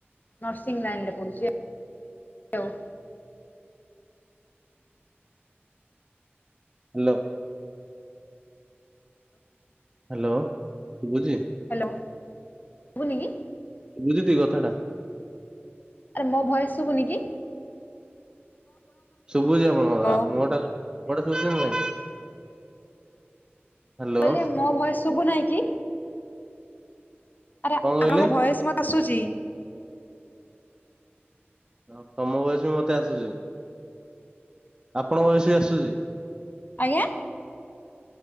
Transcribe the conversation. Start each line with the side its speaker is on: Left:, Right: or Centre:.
Left: Nursing ଲାଇନରେ ପଢ଼ୁଚି ଆଉ।
Right: ହାଲୋ। ହାଲୋ ସୁବୁଚି?
Left: ହାଲୋ ସୁବୁନି କି?
Right: ବୁଝିଥିବି କଥାଟା।
Left: ଆରେ ମୋ ଭୟେସ ସୁବୁନିକି?
Right: ଶୁଭୁଚି ଆପଣଙ୍କର
Left: ମୁଁ
Right: ମୋଓଟା ମୋଓଟା ଶୁଭୁଚି ନା ନାହିଁ? ହ୍ୟାଲୋ
Left: ମୁଁ କହିଲି ମୋ ଭଏସ ସୁବୁ ନାଇ କି? ଆରେ
Right: କଣ କହିଲେ?
Left: ଆପଣଙ୍କ ଭଏସ ମତେ ଆସୁଚି।
Right: ହଉ ତମ ଭୟେସ ବି ମତେ ଆସୁଚି, ଆପଣ ଭୟେସ ବି ଆସୁଚି।
Left: ଆଜ୍ଞା।